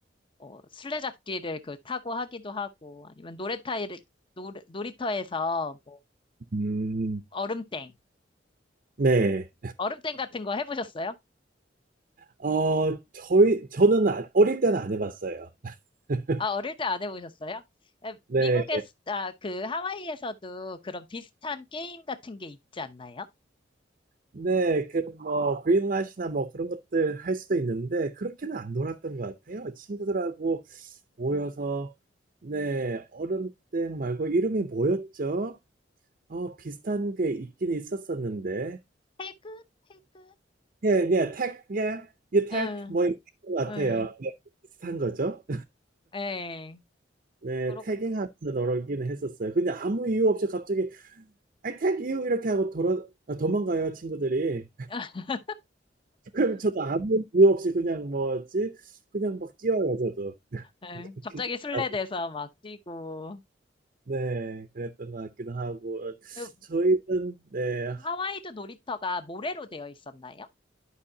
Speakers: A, on the left (about 30°); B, on the right (about 50°).
A: 어, 술래잡기를 그 타고 하기도 하고 아니면 노래타일 놀, 놀이터에서 뭐
B: 음,
A: 얼음땡
B: 네.
A: 얼음땡 같은 거 해보셨어요?
B: 어, 저희, 저는 아- 어릴 때는 안 해봤어요. <laughs>
A: 아 어릴 때 안 해보셨어요? 미국에
B: 네.
A: 아그 하와이에서도 그런 비슷한 게임 같은 게 있지 않나요?
B: 네, 그, 뭐, 그린라시나 뭐 그런 것들 할 수도 있는데, 그렇게는 안 놀았던 것 같아요. 친구들하고 모여서, 네, 얼음땡 말고 이름이 뭐였죠? 어, 비슷한 게 있긴 있었었는데.
A: 해그 해그
B: 네, 네, 택, 예, 이 택,
A: 응,
B: 뭐, 이런 것 같아요.
A: 응,
B: 네, 비슷한 거죠?
A: 예,
B: 네,
A: 그렇,
B: 태깅하면서 널어기는 했었어요. 근데 아무 이유 없이 갑자기 I tag you 이렇게 하고 돌아 아 도망가요, 친구들이. <laughs>
A: <laughs>
B: 그럼 저도 아무 이유 없이 그냥 뭐지 그냥 막 뛰어요, 저도.
A: 예.
B: <laughs>
A: 갑자기 술래돼서 막 뛰고.
B: 네, 그랬던 것 같기도 하고.
A: 그
B: 저희는 네
A: 하와이도 놀이터가 모래로 되어 있었나요?